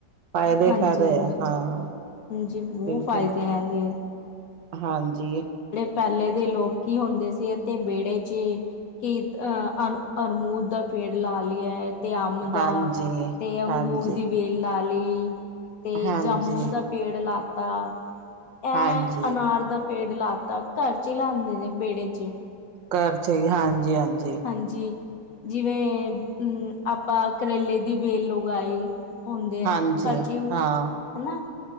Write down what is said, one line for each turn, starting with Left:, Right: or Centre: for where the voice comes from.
Right: ਫ਼ਾਇਦੇ-
Left: ਹਾਂਜੀ
Right: ਫੈਦੇ
Left: ਹਾਂਜੀ
Right: ਐ ਹਾਂ,
Left: ਹਾਂਜੀ ਬਹੁਤ
Right: ਬਿਲਕੁਲ।
Left: ਫਾਇਦੇ ਹੈ ਇਹਦੇ
Right: ਹਾਂਜੀ।
Left: ਪੈਲੇ ਦੇ ਲੋਕੀ ਹੁੰਦੇ ਸੀ ਏਥੇ ਵੇੜੇ 'ਚ ਕਿਰਤ ਅ, ਅਣ, ਅਰਮੂਦ ਦਾ ਪੇੜ ਲਾ ਲੀਆ ਏ। ਤੇ ਅੰਬ ਦਾ
Right: ਹਾਂਜੀ
Left: ਤੇ ਅੰਗੂਰ
Right: ਹਾਂਜੀ
Left: ਦੀ ਵੇ ਲਾ ਲੀ ਤੇ
Right: ਹਾਂਜੀ
Left: ਜਾਮੁਣ ਦਾ ਪੇੜ ਲਾਤਾ। ਐ
Right: ਹਾਂਜੀ
Left: ਅਨਾਰ ਦਾ ਪੇੜ ਲਾ ਤਾ ਘਰ ਚੀ ਲਾਂਦੇ ਨੇ ਵੇੜੇ ਚ।
Right: ਘਰ ਚਈ ਹਾਂਜੀ, ਹਾਂਜ।
Left: ਹਾਂਜੀ ਜਿਵੇਂ ਉਂ ਆਪਾਂ ਕਰੇਲੇ ਦੀ ਵੇਲ ਉਗਾਾਈ ਹੁੰਦੇ
Right: ਹਾਂਜੀ
Left: ਐ ਘਰ ਚੀ ਹਨਾ।
Right: ਹਾਂ